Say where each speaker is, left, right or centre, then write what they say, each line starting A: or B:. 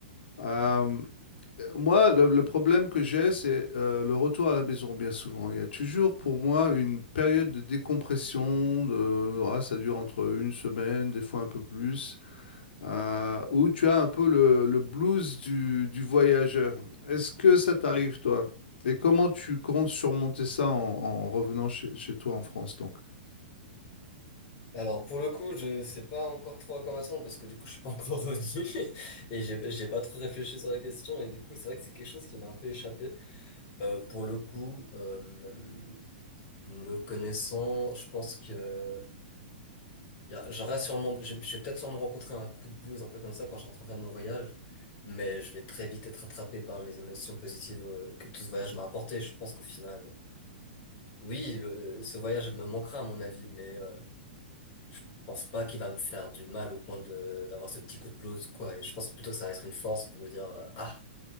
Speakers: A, on the left; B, on the left.
A: Euh, moi, le, le problème que j'ai, c'est euh, le retour à la maison, bien souvent. Il y a toujours pour moi une période de décompression, de, ouais, ça dure entre une semaine, des fois un peu plus, euh, où tu as un peu le, le blues du, du voyageur. Est-ce que ça t'arrive, toi? Et comment tu comptes surmonter ça en, en revenant chez, chez toi en France, donc?
B: Alors pour le coup, je sais pas encore trop à quoi m'attendre parce que du coup, je suis pas encore revenu <laughs> et j'ai j'ai pas trop réfléchi sur la question et du coup, c'est vrai que c'est quelque chose qui m'a un peu échappé. Euh, pour le coup, euh, me connaissant, je pense que y a- j'aurais sûrement, je, je vais peut-être sûrement rencontrer un coup de blues un peu comme ça quand je rentrerai de mon voyage, mais je vais très vite être attrapé par mes émotions positives euh, que tout ce voyage m'a apporté. Je pense qu'au final, oui, le, ce voyage me manquera à mon avis, mais euh, je pense pas qu'il va me faire du mal au point de d'avoir ce petit coup de blues ou quoi. Et je pense plutôt que ça va être une force pour me dire euh, ah,